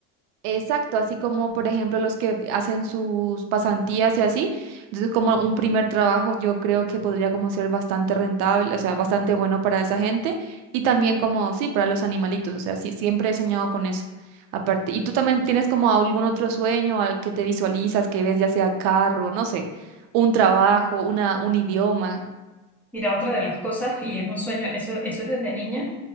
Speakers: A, on the right (about 60°); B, in the centre.
A: Exacto, así como por ejemplo los que hacen sus pasantías y así. Entonces, como un primer trabajo, yo creo que podría como ser bastante rentable, o sea, bastante bueno para esa gente y también como, sí, para los animalitos, o sea, sí, siempre he soñado con eso. Aparte, ¿y tú también tienes como algún otro sueño al que te visualizas, que ves ya sea carro, no sé, un trabajo, una, un idioma?
B: Mira, otra de las cosas, y es un sueño, eso, eso es desde niña,